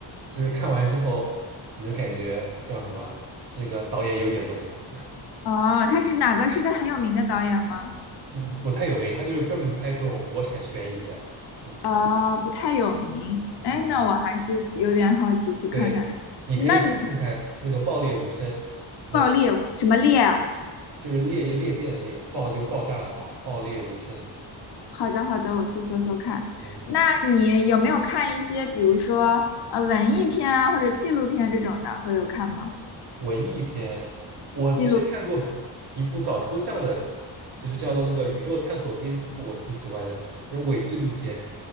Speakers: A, on the right (about 55°); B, on the left (about 60°).
A: 就是看完之后你就感觉叫什么，这个导演有点东西，
B: 哦，他是哪个？是一个很有名的导演吗？
A: 嗯，不太有没，他就是专门拍这种国产悬疑的，嗯
B: 哦，不太有名。哎，
A: 嗯，
B: 那我还是有点好奇去看看。
A: 对，你可以先看看那个《爆裂无声》，
B: 那你
A: 那个
B: 爆裂什么裂啊？
A: 就是裂就裂变的裂，爆就是爆炸的爆，爆裂无声，
B: 好的，好的，我去搜搜看。
A: 嗯。
B: 那你有没有看一些，比如说呃文艺片啊，或者纪录片这种的，会有看吗？
A: 文艺片，我其实看过
B: 记录。
A: <laughs> 一部搞抽象的，就是叫做那个《宇宙探索编辑部》，我挺喜欢的。它是伪纪录片，